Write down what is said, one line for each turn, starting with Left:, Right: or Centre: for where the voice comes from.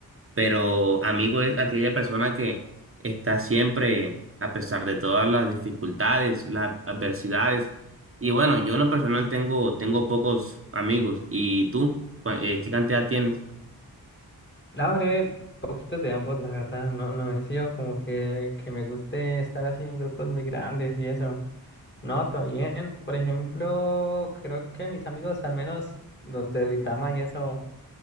Right: pero amigo es aquella persona que está siempre, a pesar de todas las dificultades, las adversidades. Y bueno, yo en lo personal tengo, tengo pocos amigos. ¿Y tú? Cu- eh, ¿Qué cantidad tienes?
Left: La verdad, poquitos de ambos, la verdad. No, no he sido como que, que me guste estar así en grupos muy grandes y eso. No, todo bien. Por ejemplo, creo que mis amigos, al menos los de Duitama y eso,